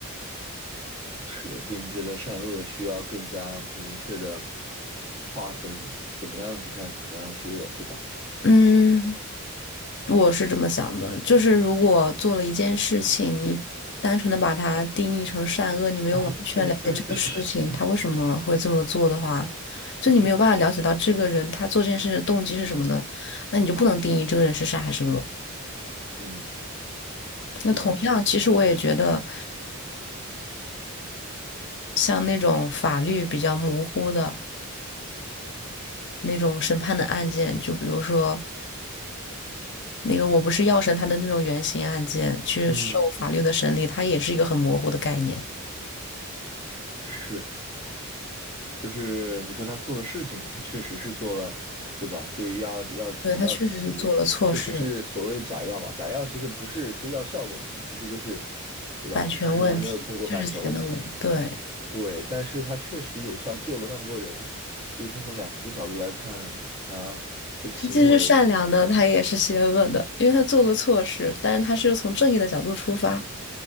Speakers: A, on the right (about 25°); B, on the left (about 55°).
A: 是的，所以你觉得善恶需要更加明确的划分，怎么样是善，怎么样是恶，对吧？
B: 嗯。我是这么想的，就是如果做了一件事情，你单纯的把它定义成善恶，你没有完全了解这个事情他为什么会这么做的话，
A: <coughs>
B: 就你没有办法了解到这个人他做这件事的动机是什么的，
A: 嗯
B: 那你就不能定义这个人是善还是恶。
A: 嗯，
B: 那同样，
A: 了解了。
B: 其实我也觉得，像那种法律比较模糊的那种审判的案件，就比如说那个我不是药神他的那种原型案件，去受法律的审理，
A: 嗯，
B: 它也是一个很模糊的概念。
A: 是。就是你说他做的事情，他确实是做了，对吧？对于药药药企，
B: 对，他确实是做了错事，
A: 确实是所谓的假药嘛。假药其实不是说药效问题，其实就是，对吧？
B: 版权问题确实钱的问，
A: 其实是他没有通过版权问题，
B: 对，
A: 对。但是他确实有效救了那么多人，所以他从两个角度来看，他这个行为
B: 他既是善良的，他也是邪恶的，因为他做了错事，但是他是从正义的角度出发，